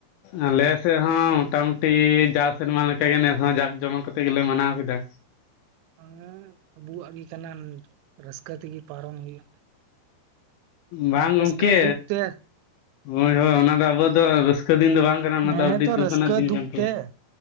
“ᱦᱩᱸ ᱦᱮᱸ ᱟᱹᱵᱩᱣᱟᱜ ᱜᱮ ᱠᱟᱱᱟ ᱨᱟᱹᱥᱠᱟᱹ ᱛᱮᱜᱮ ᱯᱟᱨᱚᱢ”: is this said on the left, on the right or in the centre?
Right